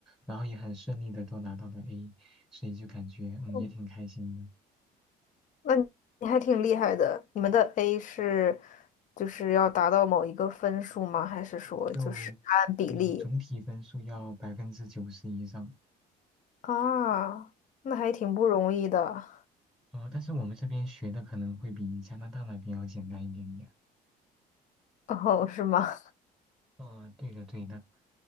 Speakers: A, in the centre; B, on the left.
A: 然后也很顺利的都拿到了 A，所以就感觉，嗯，也挺开心的。
B: 嗯那你你还挺厉害的，你们的 A 是就是要达到某一个分数吗？还是说就是按比例
A: 就你总体分数要百分之九十以上。
B: 啊？那还挺不容易的
A: 呃，但是我们这边学的可能会比加拿大那边要简单一点点。
B: 哦，是吗？
A: 啊、对的对的。